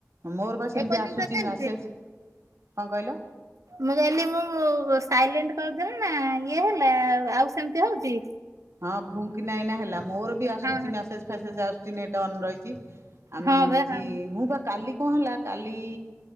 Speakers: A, on the right; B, on the right.
A: ମୋର ବା ସେମିତି
B: ଏପର୍ଯ୍ୟନ୍ତ
A: ଆସୁଚି
B: ଚାଲିଛି?
A: ମ୍ୟାସେଜ୍ କଣ କହିଲ।
B: ମୁଁ କହିଲି ମୁଁ ସାଇଲେଣ୍ଟ୍ କରିଦେଲି ନା ଇଏ ହେଲେ ଆଉ ସେମିତି ହଉଚି?
A: ହଁ ଘୁଁ କିନା ଏଇନା ହେଲା ମୋର ବି ଆସୁଚି
B: ହଁ
A: ମ୍ୟାସେଜ୍ ଫ୍ୟାସେଜ୍ ଆସୁଚି ନେଟ୍ ଅନ୍ ରହିଚି। ଆମେ
B: ହଁ ବା
A: ହଉଚି
B: ହଁ
A: ମୁଁ ବା କାଲି କଣ ହେଲା କାଲି